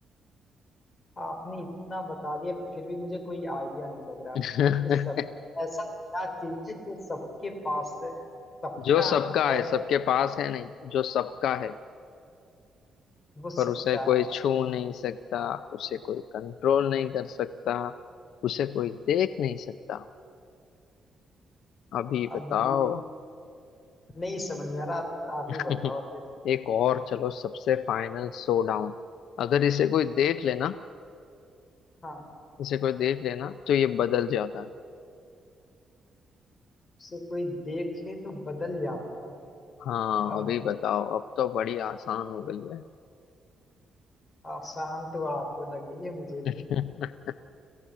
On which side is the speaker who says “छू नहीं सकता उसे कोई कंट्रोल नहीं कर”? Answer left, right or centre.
Left